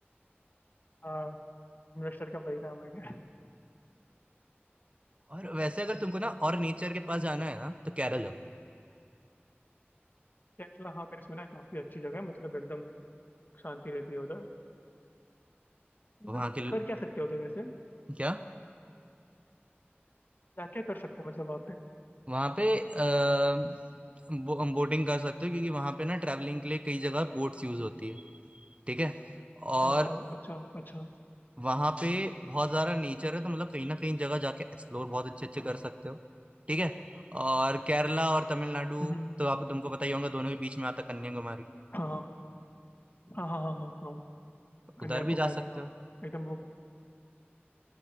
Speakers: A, on the left; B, on the right.
A: हाँ इन्वेस्टर का पैसा हमें क्या
B: और वैसे अगर तुमको ना और नेचर के पास जाना है ना तो केरल जाओ
A: केरला हाँ मैंने सुना है काफी अच्छी जगह है मतलब एकदम शांति रहती है उधर मतलब
B: वहाँ के
A: कर क्या सकते हो उधर वैसे
B: क्या
A: क्या क्या कर सकते हैं मतलब वहाँ पे
B: वहाँ पे आ, बो, बोटिंग कर सकते हो क्योंकि वहाँ पे ना ट्रैवलिंग के लिए कई जगह बोट्स यूज होती है ठीक है और
A: आ, अच्छा अच्छा
B: वहां पे बहुत सारा नेचर है तो मतलब कहीं ना कहीं जगह जाके एक्सप्लोर बहुत अच्छे अच्छे कर सकते हो ठीक है और केरला और तमिलनाडु
A: हम्म
B: तो आप तुमको पता ही होगा दोनों के बीच में आता कन्याकुमारी
A: हाँ हाँ हाँ हाँ हाँ हाँ हाँ, कन्याकुमारी
B: उधर भी जा सकते
A: हाँ
B: हो
A: एकदम वो